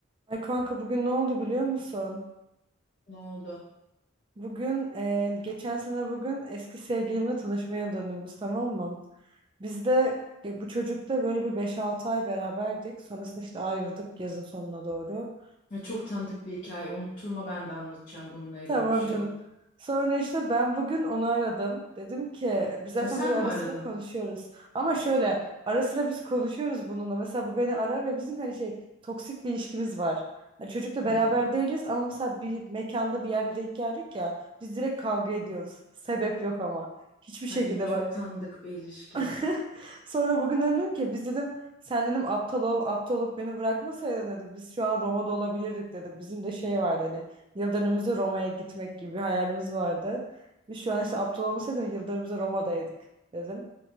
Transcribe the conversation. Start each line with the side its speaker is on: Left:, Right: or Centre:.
Right: Ay kanka bugün ne oldu biliyor musun?
Left: Ne oldu?
Right: Bugün eee, geçen sene bugün eski sevgilimle tanışmaya döndüğümüz tamam mı? Biz de e, bu çocukla böyle bir beş altı ay beraberdik. Sonrasında işte ayrıldık yazın sonuna doğru.
Left: E, çok tanıdık bir hikaye. Unutturma ben de anlatacağım bununla ilgili
Right: Tamam
Left: bir şey.
Right: canım. Sonra işte ben bugün onu aradım. Dedim ki biz zaten
Left: E sen
Right: böyle ara
Left: mi aradın?
Right: sıra konuşuyoruz. Ama şöyle ara sıra biz konuşuyoruz bununla. Mesela bu beni arar ve bizim hani şey toksik bir ilişkimiz var. Hani çocukla
Left: Hmm.
Right: beraber değiliz ama mesela bir mekanda bir yerde denk geldik ya biz direkt kavga ediyoruz. Sebep yok ama. Hiçbir şekilde
Left: Ay çok
Right: bak.
Left: tanıdık bir ilişki.
Right: <laughs> Sonra bugün dedim ki biz dedim sen dedim aptal ol aptal olup beni bırakmasaydın dedim biz şu an Roma'da olabilirdik dedim. Bizim de şey vardı hani yıl dönümümüzde Roma'ya gitmek gibi bir hayalimiz vardı. Biz şu an işte aptal olmasaydım yıl dönümümüzde Roma'daydık dedim.